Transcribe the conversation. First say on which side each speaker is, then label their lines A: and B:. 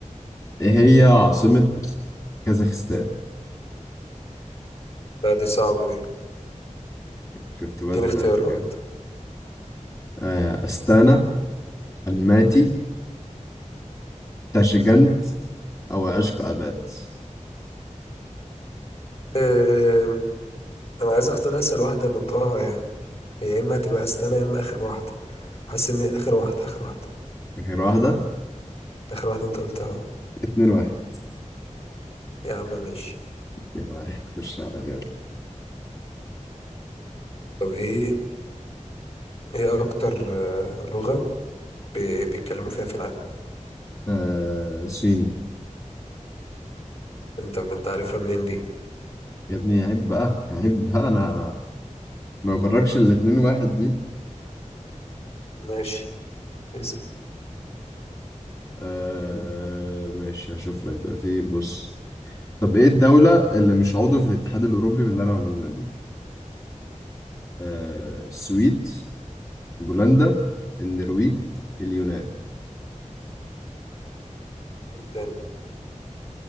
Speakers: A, on the left; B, on the left.
A: إيه هي عاصمة كازاخستان
B: لا دي صعبة دي
A: شفت بقى
B: اديني
A: زنقتك
B: اختيارات
A: يعني آه أستانا الماتي تاشجنت أو عشق أباد
B: أم... انا عايز اختار اسهل واحدة نطقها يعني هي يا اما هتبقى استنى يا اما اخر واحدة حاسس ان اخر واحدة اخر واحدة
A: آخر واحدة
B: اخر واحدة انت قلتها
A: اتنين واحد
B: يا عم ماشي
A: اتنين واحد خش على غيري
B: طب ايه ايه اكتر آه، لغة ب... بيتكلموا فيها في العالم
A: آه صيني
B: انت انت عارفها منين دي
A: يا ابني عيب بقى عيب بقى أنا ما يغركش الاتنين واحد دي
B: ماشي اسأل
A: آه ماشي هشوف لك دلوقتي بص طب ايه الدولة اللي مش عضو في الاتحاد الأوروبي من اللي أنا هقولهم لك دول؟ آه السويد، بولندا، النرويج، اليونان
B: تاني